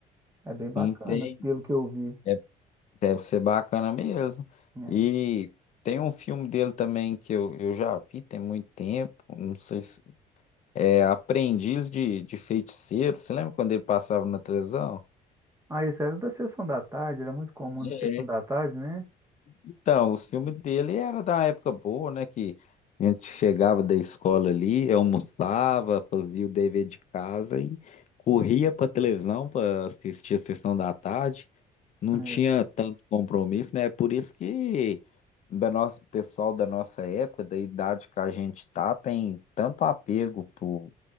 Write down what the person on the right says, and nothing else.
É bem bacana,
pelo que eu vi.
né?
Ah, isso era da sessão da tarde, era muito comum
na sessão da tarde, né?
É,